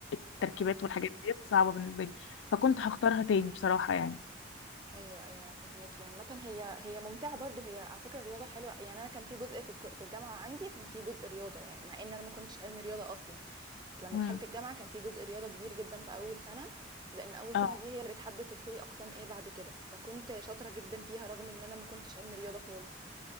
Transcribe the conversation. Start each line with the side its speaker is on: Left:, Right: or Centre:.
Left: التركيبات
Right: اه
Left: والحاجات دي صعبة بالنسبة لي فكنت هختارها تاني بصراحة يعني
Right: ايوه ايوه فهماكي عامه هي هي ممتعه برضو هي على فكره الرياضه حلوه يعني انا كان في جزء في الك- في الجامعه عندي كان في جزء رياضه يعني مع ان انا ما كنتش علم رياضه اصلا بس لما
Left: امم
Right: دخلت الجامعه كان في جزء رياضه كبير جدا في اول سنه لان اول
Left: اه
Right: سنه دي هي اللي بتحدد تدخلي اقسام ايه بعد كده فكنت شاطره جدا فيها رغم ان انا ما كنتش علم رياضه خالص